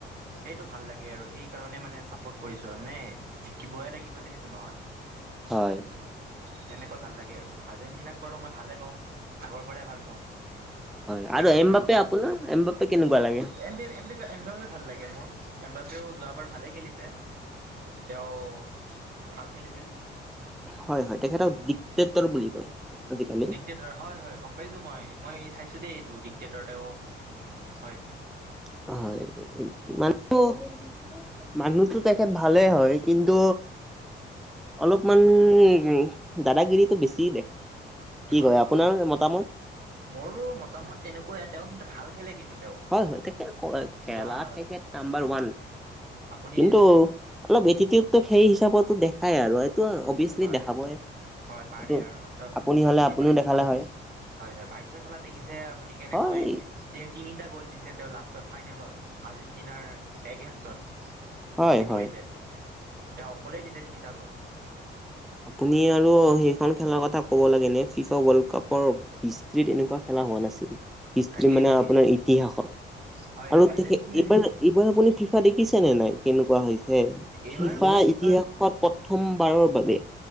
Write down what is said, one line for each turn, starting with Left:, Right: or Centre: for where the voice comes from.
Right: সেইটো ভাল লাগে আৰু সেই কাৰণে মানে চাপৰ্ট কৰিছো আৰু নে জিকিবই লাগিব যে সেইটো নহয়
Centre: হয়
Right: তেনেকৈ ভাল লাগে আৰু আৰ্জেণ্টিনাক বাৰু মই ভালে পাওঁ আগৰ পৰাই ভাল পাওঁ
Centre: হয়
Right: সেইকাৰণে
Centre: আৰু এম বাপে আপোনাৰ এম বাপে কেনেকুৱা লাগে
Right: এম এম এম বাপ ভাল লাগে মোৰ এম বাপেও যোৱাবাৰ ভালে খেলিছে তেওঁ ভাল খেলিছিল
Centre: হয় হয় তেখেতক দিগ টেক্টৰ বুলি কয় আজিকালি।
Right: দিগ ক্টেটৰ হয় হয় গম পাইছোঁ মই মই চাইছোঁ দেই এইটো দিগ টেক্টেটৰতে অ হয়
Centre: <unintelligible> মানুহটো তেখেত ভালেই হয় কিন্তু অলপমান দাদাগিৰিতটো বেছি দেখায় কি
Right: হয়
Centre: কয় আপোনাৰ মতামত
Right: মোৰো মতামত তেনেকুৱয়াই তেওঁ কিন্তু ভাল খেলে কিন্তু তেওঁ
Centre: হয় হয় তেখেত <unintelligible> খেলা
Right: যোৱা
Centre: তেখেত নাম্বাৰ ওৱান
Right: আপুনি
Centre: কিন্তু অলপ এটিটিউডো সেই হিচাপতো দেখাই আৰু এইটো অভিয়াচলি
Right: হয়
Centre: দেখাবই
Right: হয় পাৰে
Centre: এইটো
Right: আৰু ত
Centre: হ'লে
Right: আপুনি
Centre: আপুনিও
Right: বাইছ
Centre: দেখালে হয়
Right: হয় হয় বাইশৰ খেলাত দেখিছে আপুনি কেনেকৈ
Centre: হয়
Right: তেওঁ তিনিটা গ'ল দিছে তেওঁ লাষ্টৰ ফাইনেলত আৰ্জেণ্টিনাৰ এগেইনষ্টত
Centre: হয়
Right: বিপৰীতে
Centre: হয়।
Right: তেওঁ অকলে দিছে তিনিটা গ'ল
Centre: আপুনি আৰু সেইখন খেলৰ কথা হ'ব লাগে ইনে ফিফা ৱৰ্ল্ড কাপৰ হিষ্ট্ৰিত এনেকুৱা খেলা হোৱা নাছিল। হিষ্ট্ৰী
Right: তাকেই
Centre: মানে
Right: তাকেই
Centre: আপোনাৰ ইতিহাসত,
Right: হয়
Centre: আৰু
Right: আৰ্জেণ্টিনা
Centre: তেখেত এইবাৰ এইবাৰ আপুনি ফিফা দেখিছেনে নাই? কেনেকুৱা হৈছে,
Right: এইবাৰ
Centre: ফিফা
Right: মই ফিফাত
Centre: ইতিহাস প প্ৰথমবাৰৰ বাবে